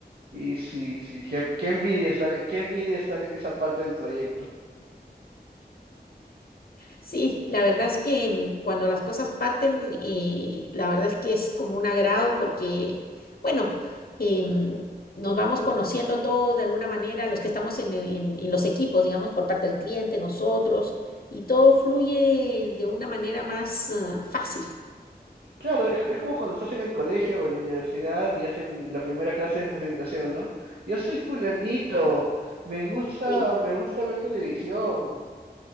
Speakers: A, on the right; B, on the left.
A: Y sí, sí, qué, qué envidia estar, qué envidia estar en esa parte del proyecto.
B: Sí, la verdad es que mm, cuando las cosas parten, eh, la verdad es que es como un agrado porque, bueno, em, nos vamos conociendo todos de alguna manera, los que estamos en, en en los equipos, digamos, por parte del cliente, nosotros, y todo fluye de una manera más, ah, fácil.
A: Claro, es, es como cuando estás en el colegio o en la universidad y hacen la primera clase de presentación, ¿no? Yo soy fulanito, me gusta,
B: Sí.
A: me gusta ver televisión.